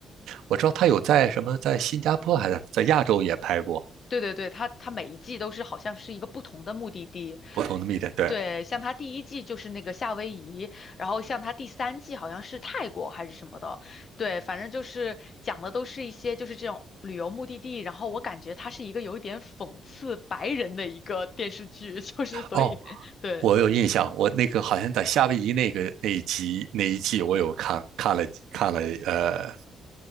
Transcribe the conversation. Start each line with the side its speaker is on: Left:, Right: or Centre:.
Right: 我知道他有在什么在新加坡还是在亚洲也拍过
Left: 对对对，它它每一季都是好像是一个不同的目的地。
Right: 不同的 media，对，
Left: 对，像它第一季就是那个夏威夷，然后像它第三季好像是泰国还是什么的。对，反正就是讲的都是一些就是这种旅游目的地。然后我感觉它是一个有一点讽刺白人的一个电视剧，<laughs> 就是所以
Right: 哦。
Left: <laughs> 对。
Right: 我有印象，我那个好像在夏威夷那个那一集那一季，我有看看了看了呃